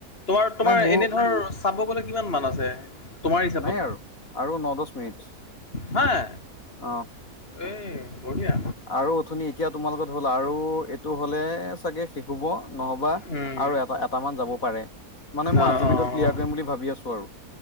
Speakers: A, on the left; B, on the left.
A: তোমাৰ তোমাৰ
B: নাই মোৰ
A: এনে ধৰ চাব গ'লে কিমান মান আছে তোমাৰ হিচাপত।
B: নাই আৰু আৰু ন দছ মিনিট।
A: হয়নাই।
B: অ'
A: এই বঢ়িয়া।
B: আৰু অথনি এতিয়া তোমাল লগত হ'ল আৰু এইটো হ'লে চাগে শেষ হ'ব। নহবা
A: উম,
B: আৰু এটা এট মান যাব পাৰে। মানে মই
A: অঁ
B: আজিৰ
A: অঁ অঁ
B: ভিতৰত ক্লিয়াৰ কৰিম বুলি ভাবি আছো আৰু।